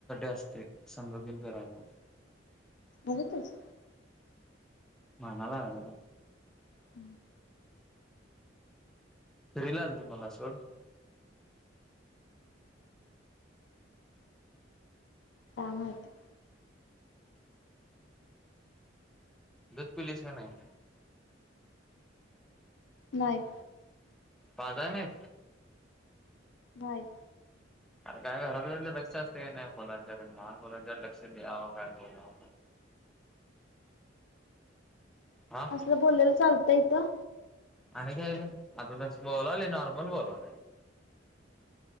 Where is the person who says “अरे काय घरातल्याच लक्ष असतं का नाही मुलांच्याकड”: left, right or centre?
Centre